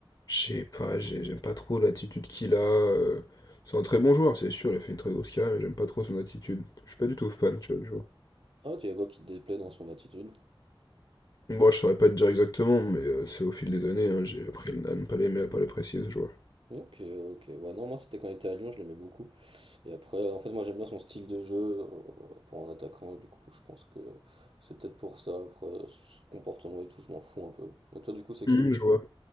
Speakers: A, on the left; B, on the right.
A: Je sais pas, j'ai- j'aime pas trop l'attitude qu'il a. euh, C'est un très bon joueur, c'est sûr, il a fait une très grosse carrière, mais j'aime pas trop son attitude. Je suis pas du tout fan, tu vois, du joueur.
B: Ah, tu y a quoi qui te déplaît dans son attitude?
A: Bon, je saurais pas te dire exactement, mais euh, c'est au fil des années, hein, j'ai appris à ne pas l'aimer, à pas l'apprécier, ce joueur.
B: Ok, ok. Ouais, non, moi c'était quand il était à Lyon, je l'aimais beaucoup. Et après, en fait, moi j'aime bien son style de jeu euh, pour un attaquant, et du coup, je pense que c'est peut-être pour ça. Après, son comportement et tout, je m'en fous un peu. Mais toi, du coup, c'est
A: Hum,
B: qui?
A: je vois.